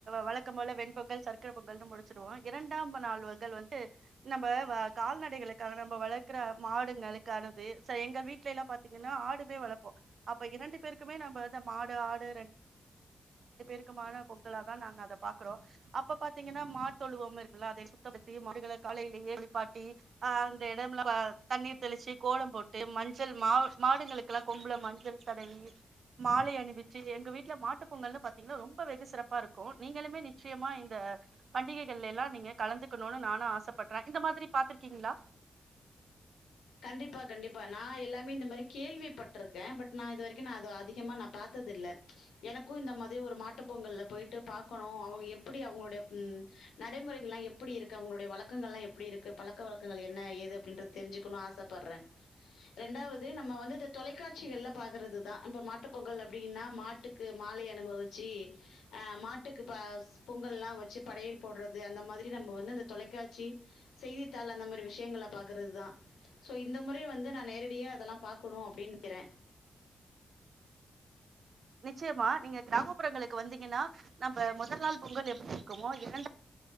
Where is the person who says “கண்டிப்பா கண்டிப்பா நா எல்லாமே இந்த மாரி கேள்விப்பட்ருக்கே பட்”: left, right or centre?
Left